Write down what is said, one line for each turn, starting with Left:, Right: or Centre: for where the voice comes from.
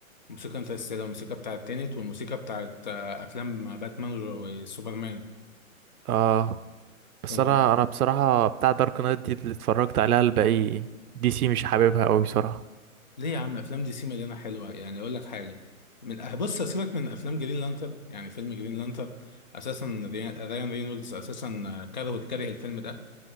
Left: موسيقى انترستيلر الموسيقى بتاعت تينت والموسيقى بتاعت آه، افلام باتمان وسوبرمان
Right: اه بس
Left: كانوا
Right: انا
Left: هم
Right: انا بصراحه بتاع دارك نايت دي اللي اتفرجت عليها الباقي دي سي مش حاببها قوي بصراحه
Left: ليه يا عم افلام دي سي مليانه حلوه يعني اقول لك حاجه من آه، بص سيبك من افلام جرين لانترن يعني فيلم جرين لانترن اساسا ريان ريان رينولدز اساسا آه، كره كره الفيلم ده